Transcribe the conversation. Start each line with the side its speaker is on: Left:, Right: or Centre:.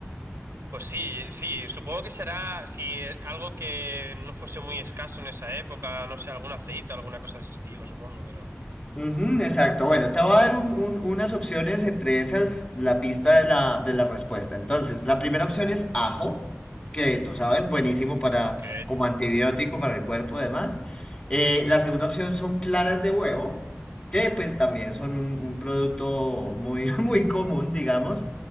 Right: Pues sí, sí, supongo que será si eh, algo que no fuese muy escaso en esa época, no sé, algún aceite, alguna cosa de ese estilo, supongo, pero...
Left: Ujú, exacto. Bueno, te voy a dar un- un- unas opciones entre esas, la pista de la, de la respuesta. Entonces, la primera opción es ajo, que tú sabes, buenísimo para,
Right: Ok.
Left: como antibiótico para el cuerpo, además. Eh, la segunda opción son claras de huevo, que pues también son un, un producto muy, <laughs> muy común, digamos.